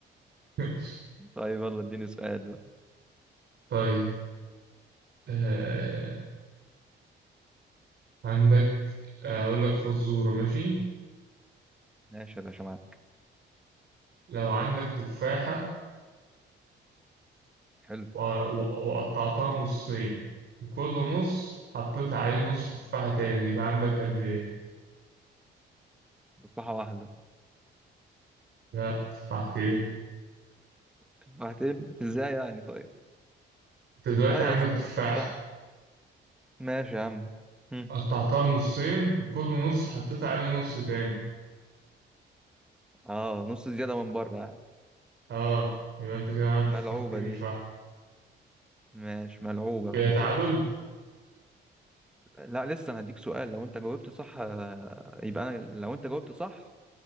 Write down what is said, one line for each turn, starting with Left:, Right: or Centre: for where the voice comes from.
Right: <laughs> ماشي
Centre: طيب يلا اديني سؤال بقى
Right: طيب آه عندك آه، أقول لك فزورة ماشي
Centre: ماشي يا باشا معاك
Right: لو عندك تفاحة
Centre: حلو
Right: و- و- وقطعتها نصين وكل نص حطيت عليه نص تفاحة تاني يبقى عندك قد إيه؟
Centre: تفاحة واحدة
Right: لا تفاحتين
Centre: تفاحتين ازاي يعني طيب
Right: انت دلوقتي
Centre: ها يا
Right: عندك
Centre: اسطى
Right: تفاحة
Centre: تفاحة ماشي يا عم هم.
Right: قطعتها نصين وكل نص حطيت عليه نص تاني
Centre: اه نص زيادة من بره يعني.
Right: اه يبقى انت كده عندك
Centre: ملعوبة
Right: تفاحتين
Centre: دي
Right: مش واحدة
Centre: ماشي ملعوبة
Right: كده
Centre: ملعوبة
Right: تعادل
Centre: لا لسه انا هديك سؤال لو انت جاوبت صح آه، يبقى انا لو انت جاوبت صح